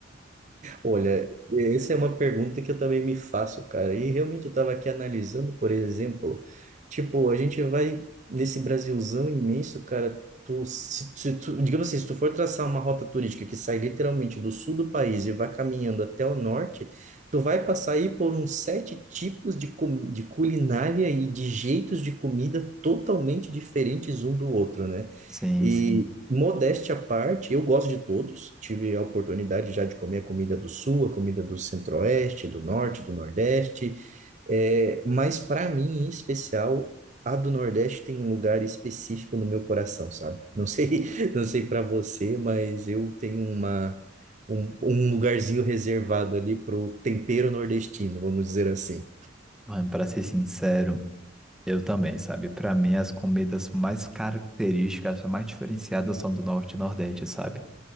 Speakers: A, on the right; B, in the centre.
A: Olha, essa é uma pergunta que eu também me faço, cara. E realmente eu estava aqui analisando, por exemplo, tipo, a gente vai nesse Brasilzão imenso, cara. Tu, se, se tu, digamos assim, se tu for traçar uma rota turística que sai literalmente do sul do país e vai caminhando até o norte, tu vai passar aí por uns sete tipos de, cu- de culinária e de jeitos de comida totalmente diferentes um do outro, né?
B: Sim,
A: E
B: sim.
A: modéstia à parte, eu gosto de todos. Tive a oportunidade já de comer a comida do Sul, a comida do Centro-Oeste, do Norte, do Nordeste. É, mas para mim, em especial, a do Nordeste tem um lugar específico no meu coração, sabe? Não sei, <laughs> não sei para você, mas eu tenho uma um, um lugarzinho reservado ali pro tempero nordestino, vamos dizer assim.
B: Mano, pra ser sincero. Eu também, sabe? Para mim, as comidas mais características, mais diferenciadas são do Norte e Nordeste, sabe?